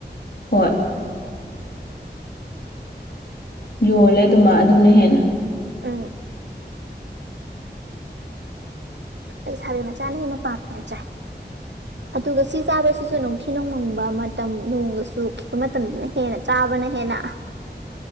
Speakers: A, on the left; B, on the right.
A: ꯍꯣꯏ ꯌꯣꯜꯂꯦ ꯑꯗꯨꯃ ꯑꯗꯨꯅ ꯍꯦꯟꯅ
B: ꯑꯥ ꯂꯩꯁꯥꯕꯤ ꯃꯆꯥꯅ ꯍꯦꯟꯅ ꯄꯥꯝꯅ ꯆꯥꯏ
A: ꯑ
B: ꯑꯗꯨꯒ ꯁꯤ ꯆꯥꯕꯁꯤꯁꯨ ꯅꯨꯡꯊꯤ ꯅꯣꯡꯃꯪꯕ ꯃꯇꯝ ꯅꯣꯡꯗꯁꯨ ꯈꯤꯠꯄ ꯃꯇꯝꯗꯅ ꯍꯦꯟꯅ ꯆꯥꯕꯅ ꯍꯦꯟꯅ
A: ꯍꯝ